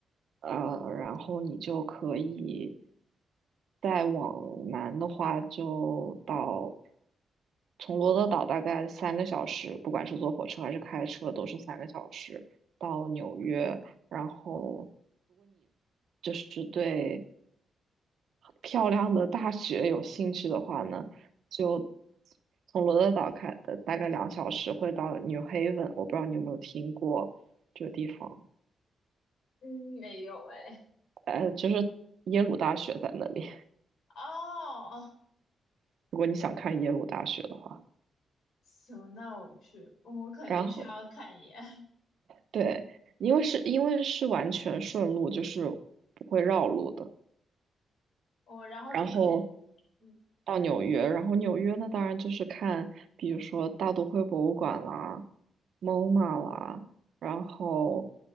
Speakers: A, on the right; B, on the left.
A: 呃，然后你就可以再往南的话，就到。从罗德岛大概三个小时，不管是坐火车还是开车，都是三个小时到纽约。然后就是对漂亮的大学有兴趣的话呢，就从罗德岛开的大概两小时会到 New Haven，我不知道你有没有听过这个地方，
B: 嗯，没有哎，
A: 呃，就是耶鲁大学在那里。
B: 哦，
A: <laughs> 如果你想看耶鲁大学的话，
B: 行，那我去，我肯定去要看一眼，
A: 然后
B: <laughs>
A: 对，因为是因为是完全顺路，就是不会绕路的。
B: 我然后就可以，
A: 然后
B: 嗯，
A: 到纽约，然后纽约呢，当然就是看，比如说大都会博物馆啦、MoMA 啦，然后